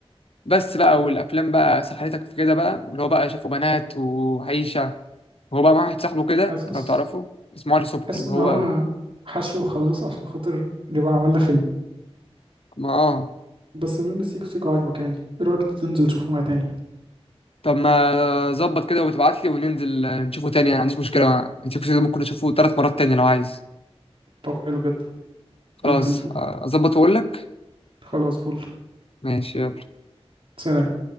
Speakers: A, on the left (about 65°); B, on the right (about 55°).
A: بس بقى والافلام بقى سحلتك في كده بقى واللي هو بقى شافوا بنات وعيشه وهو بقى مع واحد صاحبه كده
B: حاسس
A: لو تعرفه اسمه علي صبحي
B: حاسس
A: اللي
B: ان
A: هو
B: هو حشو خلاص عشان خاطر نبقى عملنا فيلم
A: ما اه
B: بس بما ان سيكو سيكو عاجبك يعني ايه رايك تنزل تشوفه معايا تاني
A: طب ما ظبط كده وتبعت لي وننزل نشوفه تاني انا ما عنديش مشكلة انت كده ممكن اشوفه ثلاث مرات تاني لو عايز
B: طب حلو جدا
A: خلاص
B: ننزل نشوفه
A: اظبط واقول لك
B: خلاص فل
A: ماشي يلا
B: سلام